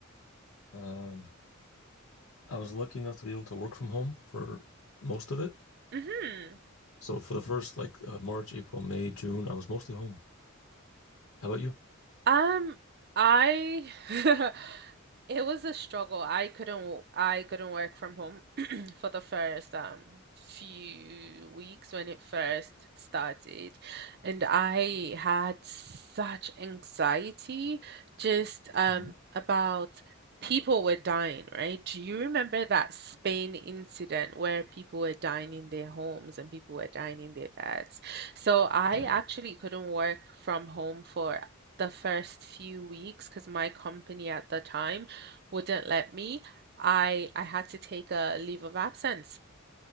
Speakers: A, on the left (about 80°); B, on the right (about 50°).
A: Um, I was lucky enough to be able to work from home for most of it.
B: Mm-hmm.
A: So for the first like uh, March, April, May, June, I was mostly home. How about
B: Um, I <laughs> It was a struggle. I couldn't w- I couldn't work from home <clears throat> for the first um few weeks when it first started. And I had such anxiety just um
A: you?
B: about people were dying, right? Do you remember that Spain incident where people were dying in their homes and people were dying in their beds? So I
A: Yeah.
B: actually couldn't work from home for the first few weeks because my company at the time wouldn't let me. I I had to take a leave of absence